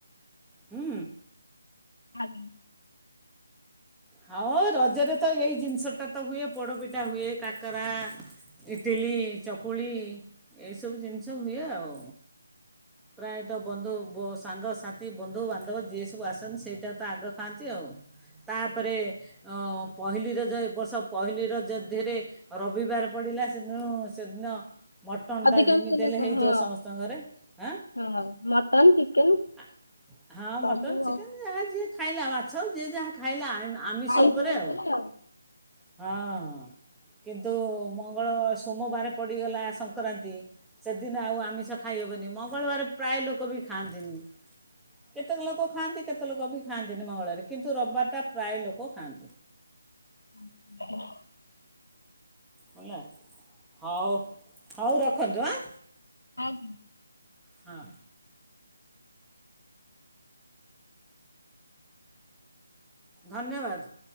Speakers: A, in the centre; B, on the left (about 85°).
A: ହୁଁ।
B: ଆଜ୍ଞା।
A: ହଉ ରଜରେ ତ ଏଇ ଜିନିଷଟା ତ ହୁଏ ପୋଡ଼ପିଠା ହୁଏ କାକରା ଇଟିଲି ଚକୁଳି ଏସବୁ ଜିନିଷ ହୁଏ ଆଉ। ପ୍ରାୟ। ତ ବନ୍ଧୁ ସାଙ୍ଗସାଥି ବନ୍ଧୁବାନ୍ଧବ ଯିଏ ସବୁ ଆସନ୍ତି ସେଇଟା ତ ଆଗ ଖାଆନ୍ତି ଆଉ। ତାପରେ ଅ ପହିଲି ରଜ ଏ ବର୍ଷ ପହିଲି ରଜ ଦେହରେ ରବିବାର ପଡିଲା ସେଦିନ ସେଦିନ ମଟନ୍
B: ଅଧିକାଂଶ
A: ଟା ଯେମିତି
B: ଲୋକ
A: ହେଲେ ହେଇଥିବ
B: ହଁ
A: ସମସ୍ତଙ୍କ ଘରେ ଆଁ
B: ହଁ ମଟନ ଚିକେନ
A: ଆ। ହଁ
B: ସବୁ
A: ମଟନ
B: ଆଉ
A: ଚିକେନ ଯାହା ଯିଏ ଖାଇଲା ମାଛ ଯିଏ ଯାହା ଖାଇଲା ଆମିଷ
B: ଖାଇ
A: ଉପରେ
B: ଶୋଇ
A: ଆଉ
B: ପଡେ
A: ହଁଁ। କିନ୍ତୁ ମଙ୍ଗଳ ସୋମବାର ପଡ଼ିଗଲା ସଂକ୍ରାନ୍ତି ସେଦିନ ଆଉ ଆମିଷ ଖାଇହବନି ମଙ୍ଗଳବାର ପ୍ରାୟ ଲୋକ ବି ଖାଆନ୍ତିନି। କେତେକ ଲୋକ ଖାଆନ୍ତି କେତେ ଲୋକ ବି ଖାଆନ୍ତିନି ମଙ୍ଗଳବାରେ କିନ୍ତୁ ରବିବାର ଟା ପ୍ରାୟ ଲୋକ ଖାଆନ୍ତି।
B: <unintelligible>
A: ହେଲା ହଉ ହଉ ରଖନ୍ତୁ ଆଁ?
B: <unintelligible>
A: ହଁ। ଧନ୍ୟବାଦ।